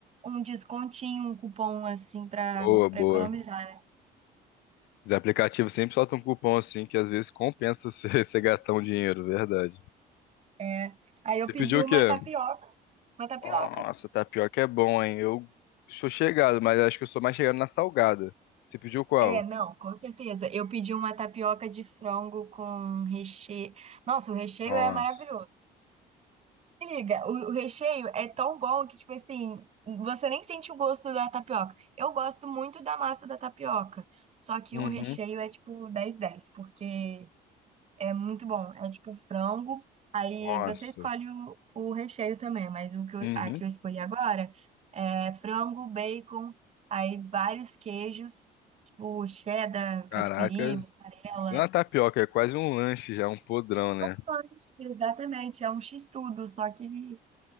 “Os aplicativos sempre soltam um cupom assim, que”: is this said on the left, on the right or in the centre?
Left